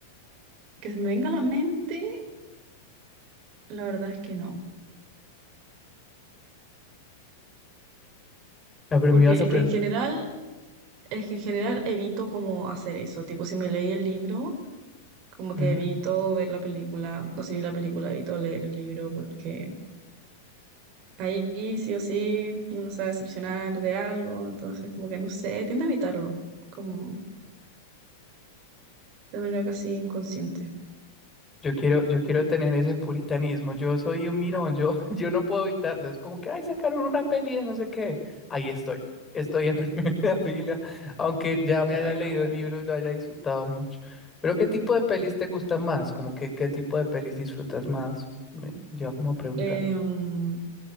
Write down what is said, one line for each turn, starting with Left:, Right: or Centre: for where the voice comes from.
Right: que se me venga a la mente, la verdad es que no,
Left: No, pero
Right: porque
Left: me ibas a
Right: es que en general Es que en general evito como hacer eso, tipo si me leí el libro, como
Left: preguntar.
Right: que evito ver la película, o si vi la película evito leer el libro porque ahí sí o sí uno se va a decepcionar de algo, entonces como que no sé, tiendo a evitarlo, como de manera casi inconsciente.
Left: Yo quiero, yo quiero tener ese puritanismo. Yo soy un mirón, yo, <laughs> yo no puedo evitarlo. Es como que, ay, sacaron una peli de no sé qué. Ahí estoy. Estoy en <laughs> primera fila, aunque ya me haya
Right: Ay,
Left: leído
Right: no.
Left: el libro y lo haya disfrutado mucho. Pero, ¿qué tipo de pelis te gustan más? Como que, ¿qué tipo de pelis disfrutas más? Me lleva como a preguntar.
Right: Em,